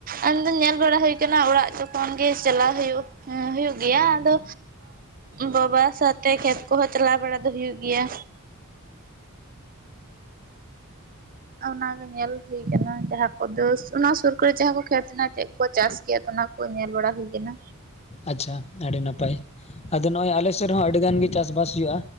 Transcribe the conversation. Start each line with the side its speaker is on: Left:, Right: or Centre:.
Right: ᱟᱧᱫᱚᱧ ᱧᱮᱞ ᱵᱟᱲᱟ ᱦᱩᱭ ᱠᱟᱱᱟ ᱚᱲᱟᱜ ᱡᱚᱠᱷᱚᱱ ᱜᱮ ᱪᱟᱞᱟᱣ ᱦᱩᱭᱩᱜ ᱦᱮᱸ ᱦᱩᱭᱩᱜ ᱜᱮᱭᱟ ᱟᱫᱚ ᱵᱟᱵᱟ ᱥᱟᱶᱛᱮ ᱠᱷᱮᱛ ᱠᱚᱦᱚᱸ ᱪᱟᱞᱟᱣ ᱵᱟᱲᱟ ᱫᱚ ᱦᱩᱭᱩᱜ ᱜᱮᱭᱟ᱾ ᱚᱱᱟᱜᱮ ᱧᱮᱞ ᱦᱩᱭᱠᱟᱱᱟ ᱡᱟᱦᱟᱸ ᱠᱚᱫᱚᱥ ᱚᱱᱟ ᱥᱩᱨ ᱠᱟᱨᱮ ᱡᱟᱦᱟᱸ ᱠᱚ ᱠᱷᱮᱛ ᱦᱮᱱᱟᱜ ᱴᱷᱮᱡ ᱠᱚ ᱪᱟᱥ ᱜᱮᱭᱟ ᱛᱚ ᱚᱱᱟᱠᱚ ᱧᱮᱞ ᱵᱟᱲᱟ ᱦᱩᱭ ᱠᱮᱱᱟ᱾
Left: ᱟᱪᱪᱷᱟ ᱟᱹᱰᱤ ᱱᱟᱯᱟᱭ ᱟᱫᱚ ᱱᱚᱜᱚᱭ ᱟᱞᱮᱥᱮᱫ ᱨᱮᱦᱚᱸ ᱟᱹᱰᱤ ᱜᱟᱱᱜᱤ ᱪᱟᱥᱵᱟᱥ ᱦᱩᱭᱩᱜᱼᱟ᱾